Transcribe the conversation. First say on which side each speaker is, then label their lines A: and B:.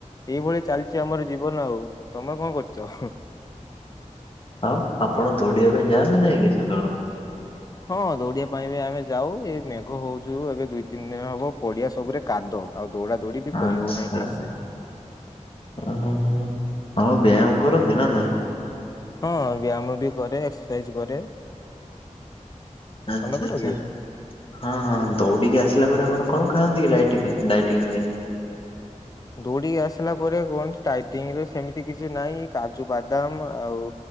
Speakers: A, on the left (about 30°); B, on the left (about 45°).
A: ଏଇଭଳି ଚାଲିଛି ଆମର ଜୀବନ ଆଉ ତମେ କଣ କରୁଛ?
B: ଆଉ ଆପଣ ଦୌଡ଼ିବା ପାଇଁ ଯାଆନ୍ତ ନାହିଁ କି ସକାଳୁ?
A: ହଁ ଦୌଡିବା ପାଇଁ ବି ଆମେ ଯାଉ ଏ ମେଘ ହଉଛୁ ଏବେ ଦୁଇ ତିନି ଦିନ ହବ ପଡିଆ ସବୁରେ କାଦୁଅ ଆଉ ଦୌଡା ଦୌଡି ବି
B: ଆଚ୍ଛା
A: କରି ହଉନାହିଁ ଠିକ ସେ।
B: ହଉ ବ୍ୟାୟାମ କରନ୍ତି ନା ନାହିଁ?
A: ହଁ ବ୍ୟାୟାମ ବି କରେ ଏକ୍ସରସାଇଜ କରେ।
B: ଆଚ୍ଛା
A: ତମେ କର
B: ଆଚ୍ଛା।
A: କି?
B: ହଁ ହଁ ଦୌଡିକି ଆସିଲା ପରେ ଆପଣ କଣ ଖାଆନ୍ତି କି ଡାଇଟି ପାଇଁ ଡାଇଟିଙ୍ଗ ପାଇଁ।
A: ଦୌଡିିକି ଆସିଲା ପରେ କୁଅନ୍ତି ଡାଇଟିଙ୍ଗ ରେ ସେମିତି କିଛି ନାଇଁ କାଜୁ ବାଦାମ ଆଉ।